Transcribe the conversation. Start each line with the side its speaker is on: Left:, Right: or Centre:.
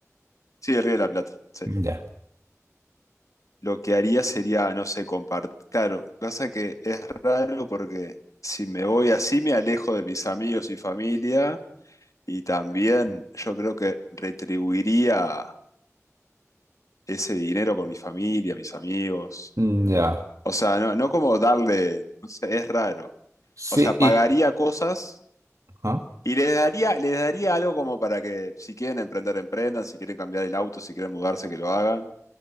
Left: sí, el Río de la Plata, sí.
Right: Ya,
Left: Lo que haría sería, no sé, compartir. Claro, pasa que es raro porque si me voy así me alejo de mis amigos y familia Y también yo creo que retribuiría ese dinero con mi familia, mis amigos.
Right: mm, ya.
Left: O sea, no, no como darle, no sé, es raro.
Right: Sí,
Left: O sea, pagaría
Right: y
Left: cosas
Right: ajá.
Left: y les daría, les daría algo como para que si quieren emprender, emprendan, si quieren cambiar el auto, si quieren mudarse, que lo hagan.